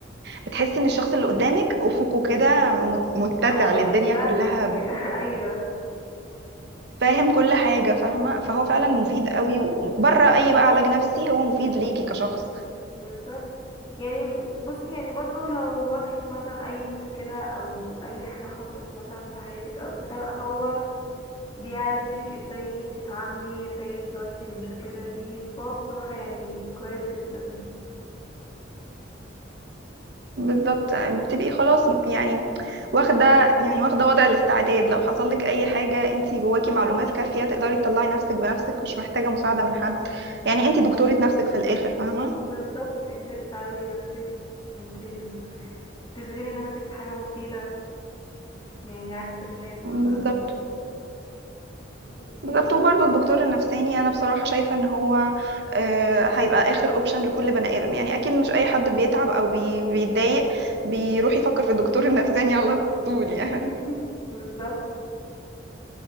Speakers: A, on the right; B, on the left.
A: بتحسي ان الشخص اللي قدامك افقه كده مت- متسع
B: هو
A: للدنيا
B: ف- فاهمك
A: كلها
B: <laughs> أيوه
A: فاهم كل حاجة فاهمة فهو فعلا مفيد قوي وبره أي بقى علاج نفسي هو مفيد ليكي كشخص
B: بالظبط يعني بص يعني برضو لو واجهك مثلا أي مشكلة أو أي حاجة حصلت مثلا في حياتك أو كده لأ هو بيعلمك ازاي تتعاملي ازاي تواجهي المشكلة دي فهو بصراحة يعني كويس جدا
A: بالظبط بتبقي خلاص يعني واخدة يعني واخدة وضع الاستعداد لو حصل لك أي حاجة انتي جواكي معلومات كافية تقدري تطلعي نفسك بنفسك مش محتاجة مساعدة من حد يعني انتي دكتورة نفسك في الآخر فاهمة
B: بالظبط انت اللي تعالجي نفسك وانت اللي تشغلي نفسك في حاجة مفيدة يعني عكس الناس مثلا
A: بالظبط
B: اوكي
A: بالظبط وبرضه الدكتور النفساني انا بصراحه شايفه ان هو آه، هيبقى اخر اوبشن لكل بني ادم يعني اكيد مش اي حد بيتعب او بي- بيتضايق بيروح يفكر في الدكتور النفساني على طول يعني
B: <laughs> بالظبط